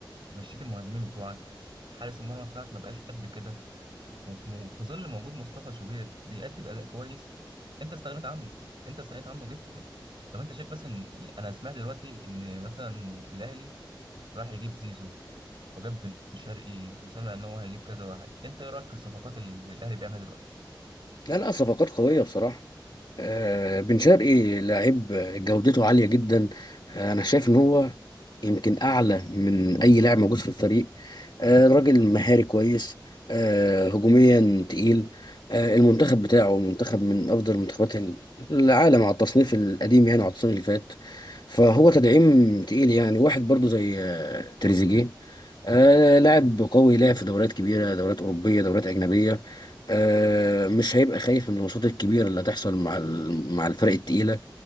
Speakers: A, on the right; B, on the left.
A: مشيت المهاجمين بتوعك حارس المرمى بتاعك ما بقاش قد كده وفي وفي ظل موجود مصطفى شوبير بيأدي بأداء كويس انت استغنيت عنه انت استغنيت عنه جدا طب انت شايف مثلا انا سمعت دلوقتي ان مثلا الاهلي راح يجيب زيزو وجاب بن شرقي وسمع ان هو هيجيب كذا واحد انت ايه رايك في الصفقات اللي الاهلي بيعملها دلوقتي
B: لا لا صفقات قويه بصراحه آه، بن شرقي لعيب جودته عالية جدا آه، أنا شايف إن هو يمكن أعلى من أي لاعب موجود في الفريق آه، راجل مهاري كويس آه، هجوميا تقيل آه، المنتخب بتاعه منتخب من أفضل منتخبات العالم على التصنيف القديم يعني على التصنيف اللي فات فهو تدعيم تقيل يعني واحد برضو زي آه، تريزيجيه آه، لاعب قوي لعب في دوريات كبيرة دوريات أوروبية دوريات أجنبية آه، مش هيبقى خايف من الماتشات الكبيره اللي هتحصل مع ال- مع الفرق التقيله